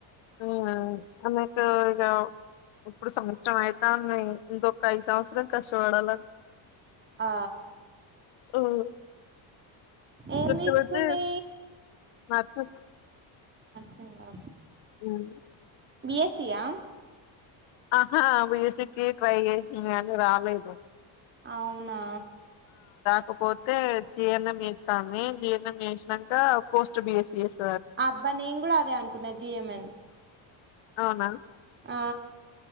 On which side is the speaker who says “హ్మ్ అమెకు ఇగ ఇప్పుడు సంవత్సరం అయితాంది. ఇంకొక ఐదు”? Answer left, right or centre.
Left